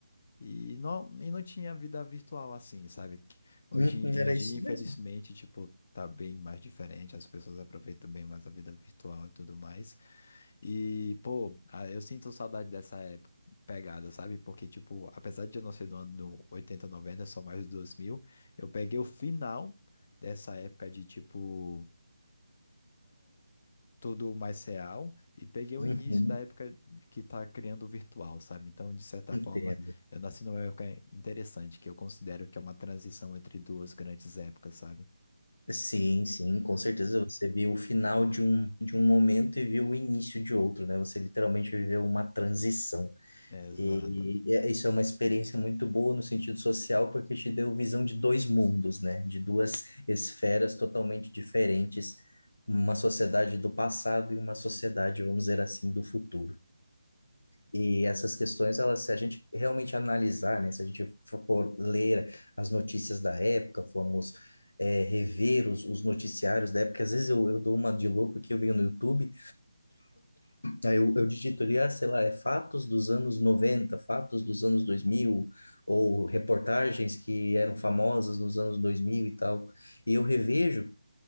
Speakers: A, on the left; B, on the left.
A: E não, e não tinha vida virtual assim, sabe? Que Hoje
B: uhum,
A: em
B: era
A: dia,
B: isso
A: infelizmente,
B: mesmo.
A: tipo, tá bem mais diferente, as pessoas aproveitam bem mais a vida virtual e tudo mais. E, pô, ah, eu sinto saudade dessa época, pegada, sabe? Porque, tipo, apesar de eu não ser do ano 80 90 só mais dos dois mil eu peguei o final dessa época de, tipo tudo mais real e peguei o
B: Uhum,
A: início da época que está criando o virtual, sabe? Então, de certa
B: entendo.
A: forma, eu nasci numa época interessante, que eu considero que é uma transição entre duas grandes épocas, sabe?
B: Sim, sim, com certeza você viu o final de um, de um momento e viu o início de outro, né? Você literalmente viveu uma transição.
A: É, Exato.
B: E é- isso é uma experiência muito boa no sentido social, porque te deu visão de dois mundos, né? De duas esferas totalmente diferentes, uma sociedade do passado e uma sociedade, vamos dizer assim, do futuro. E essas questões, elas, se a gente realmente analisar, né? Se a gente for for ler as notícias da época, formos eh, rever os, os noticiários da época, às vezes eu, eu dou uma de louco que eu venho no YouTube Aí eu, eu digito ali, ah, sei lá, é fatos dos anos noventa fatos dos anos dois mil ou reportagens que eram famosas nos anos 2000 e tal. E eu revejo